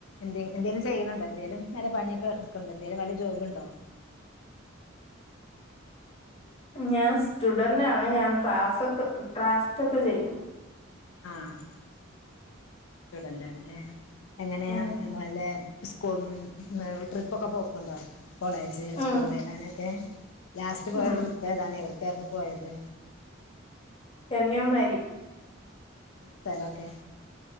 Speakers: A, on the left; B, on the left.
A: എന്തെ എന്തെങ്കിലും ചെയ്യ്ണണ്ടോ എന്തേലും വല്ല പണിയൊക്കെ സ്വന്തം എന്തേലും വല്ല ജോബ് ഇണ്ടോ
B: ഞാൻ സ്റ്റുഡന്റാണ് ഞാൻ ട്രാഫോ ട്രാഫ്റ്റ് ഒക്കെ ചെയ്യും
A: ആഹ് സ്റ്റുഡന്റ്റ്ണല്ലേ എങ്ങനെയാ
B: ഉം
A: എന്നല് വല്ലെ സ്കൂൽന്ന് ട്രിപ്പൊക്കെ പോക്ക്ണ്ടോ കോളേജ്
B: ഉം
A: സ്കൂള് അങ്ങനെയൊക്കെ ലാസ്റ്റ് പോയ
B: ഉം
A: ട്രിപ്പ് ഏതാണ് എവിടെക്കായിരുന്നു പോയത്
B: കന്യാകുമാരി
A: സ്ഥലൊക്കെ